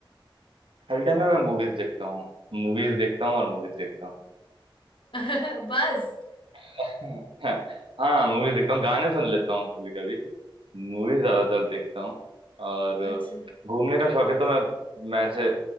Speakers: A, on the right (about 85°); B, on the left (about 75°).
A: खाली टाइम में मैं मूवीज देखता हूँ मूवीज देखता हूँ और मूवीज देखता हूँ
B: <laughs> बस
A: <laughs> हाँ मूवीज देखता हूँ गाने सुन लेता हूँ कभी कभी मूवीज ज्यादातर देखता हूँ और
B: अच्छा
A: घूमने का शौक है तो मैं मैं ऐसे